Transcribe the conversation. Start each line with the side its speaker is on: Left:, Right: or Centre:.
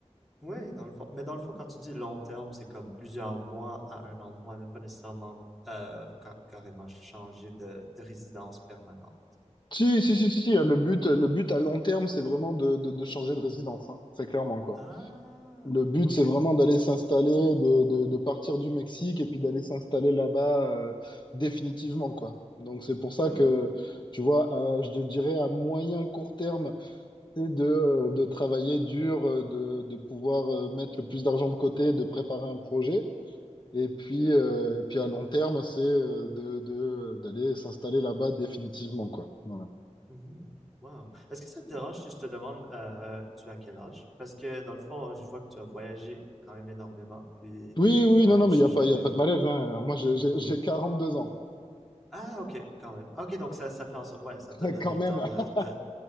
Centre: Oui, dans le fond. Mais dans le fond, quand tu dis long terme, c'est comme plusieurs mois à un endroit, mais pas nécessairement euh, ca- carrément changer de, de résidence permanente.
Left: Si, si, si, si, si, Le but, le but à long terme, c'est vraiment de, de, de changer de résidence, hein. Très clairement, quoi.
Centre: Ah,
Left: Le but,
Centre: ok.
Left: c'est vraiment d'aller s'installer, de, de, de partir du Mexique et puis d'aller s'installer là-bas euh, définitivement, quoi. Donc, c'est pour ça
Centre: Hmm.
Left: que, tu vois, à- je te dirais à moyen, court terme, c'est de, euh, de travailler dur, euh, de, de pouvoir euh, mettre le plus d'argent de côté, de préparer un projet. Et puis, euh, et puis à long terme, c'est euh, de, de, d'aller s'installer là-bas définitivement, quoi. Voilà.
Centre: mhm. Wow. Est-ce que ça te dérange si je te demande, euh, tu as quel âge? Parce que dans le fond, je vois que tu as voyagé quand même énormément, puis
Left: Oui, oui,
Centre: ben,
Left: non, non,
Centre: je
Left: mais
Centre: suis
Left: il n'y a
Centre: juste
Left: pas,
Centre: curieux.
Left: y a pas de malaise. hein. Moi, j'ai j'ai- j'ai deux ans,
Centre: Ah, ok, quand même. Ok, donc ça, ça fait en sorte, ouais, ça t'a
Left: <laughs>
Centre: donné
Left: quand
Centre: le
Left: même.
Centre: temps de,
Left: <laughs>
Centre: de,